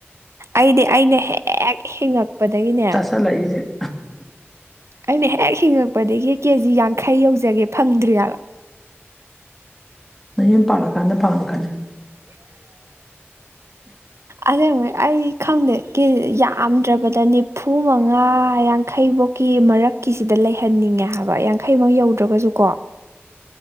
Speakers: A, on the right; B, in the centre.
A: ꯑꯩꯗꯤ ꯑꯩꯅ ꯍꯦꯛ ꯍꯤꯡꯉꯛꯄꯗꯒꯤꯅꯦ
B: ꯆ ꯂꯏꯁꯦ
A: ꯑꯩꯅ ꯍꯦꯛ ꯍꯤꯡꯉꯛꯄꯗꯒꯤ ꯀꯦꯖꯤ ꯌꯥꯡꯈꯩ ꯌꯧꯖꯒꯦ ꯐꯪꯗ꯭ꯔꯤꯑꯕ
B: ꯅ ꯌꯨꯝ ꯄꯥꯜꯛꯑꯀꯥꯟꯗ ꯐꯥꯝꯀꯅꯤ
A: ꯑꯁꯦꯡꯕꯩ ꯑꯩ ꯈꯪꯗꯦ ꯀ ꯌꯥꯝꯗ꯭ꯔꯕꯗꯅꯦ ꯍꯐꯨ ꯃꯉꯥ ꯌꯥꯡꯈꯩꯐꯧꯀꯤ ꯃꯔꯛꯀꯤꯁꯤꯗ ꯂꯩꯍꯟꯅꯤꯡꯉꯦ ꯍꯥꯏꯕ ꯌꯥꯡꯈꯩꯃꯛ ꯌꯧꯗ꯭ꯔꯒꯁꯨꯀꯣ